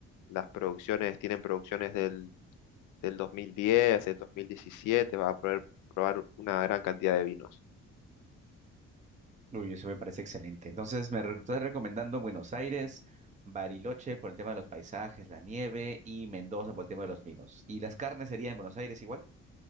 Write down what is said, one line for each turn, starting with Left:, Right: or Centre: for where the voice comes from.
Left: las producciones, tienen producciones del, del 2010, del 2017, vas a poder probar una gran cantidad de vinos.
Right: Uy, eso me parece excelente. Entonces, me re- estás recomendando Buenos Aires, Bariloche por el tema de los paisajes, la nieve y Mendoza por el tema de los vinos. ¿Y las carnes serían en Buenos Aires igual?